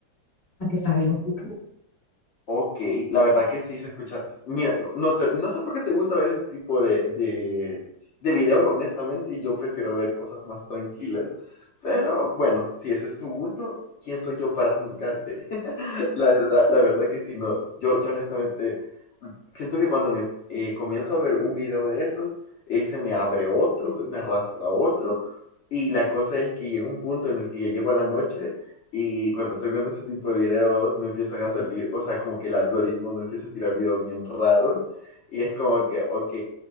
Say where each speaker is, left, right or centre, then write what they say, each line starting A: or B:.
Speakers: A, on the left; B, on the left.
A: a que estaba bien oscuro.
B: Ok, la verdad que sí se escucha. Mira, no, no sé, no sé por qué te gusta ver ese tipo de, de, de videos, honestamente, yo prefiero ver cosas más tranquilas. Pero bueno, si ese es tu gusto, ¿quién soy yo para juzgarte? La verdad, la verdad que sí, no. Yo, yo honestamente siento que cuando me eh, comienzo a ver un video de esos, ese me abre otro, me arrastra a otro. Y la cosa es que llega un punto en el que ya llego a la noche y cuando estoy viendo ese tipo de videos me empiezan a salir, o sea, como que el algoritmo me empieza a tirar videos bien raros y es como que, ok,